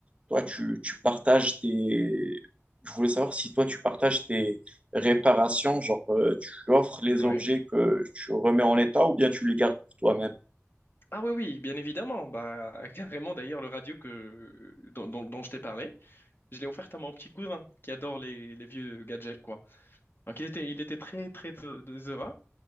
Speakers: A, on the right; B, on the left.
A: Toi, tu, tu partages tes... Je voulais savoir si toi, tu partages tes réparations, genre euh, tu offres les
B: Oui.
A: objets que tu remets en état ou bien tu les gardes pour toi-même.
B: Ah oui, oui, bien évidemment. Bah, <laughs> carrément, d'ailleurs, le radio que, dont, dont- dont je t'ai parlé, je l'ai offert à mon petit cousin qui adore les, les vieux gadgets, quoi. Donc, il était, il était très, très de- de- heureux.